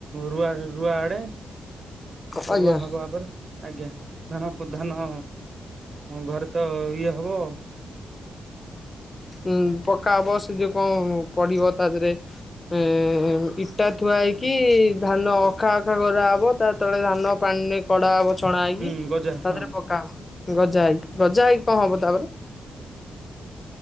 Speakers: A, on the right; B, on the left.
A: ରୁଆ ରୁଆ ଆଡେ
B: ଆଜ୍ଞା।
A: ରୁଆ ହବ ଆପରେ। ଆଜ୍ଞା ଧାନ ପ ଧାନ ଘରେ ତ ଇଏ ହବ।
B: ଉଁ ପକା ହବ ସେ ଯୋଉ କଣ ପଡିବ ତା ଦେରେ। ଏ ଇଟା ଥୁଆ ହେଇକି ଧାନ ଅଖା ଅଖା କରାହେବ ତା ତଳେ ଧାନ ପାଣିରେ କଢା ହବ ଛଣା ହେଇକି
A: ହୁଁ ଗଜା
B: ତା
A: ହଁ
B: ଦେହରେ ପକାହବ ଗଜା ହେଇକି ଗଜା ହେଇକି କଁ ହବ ତାପରେ।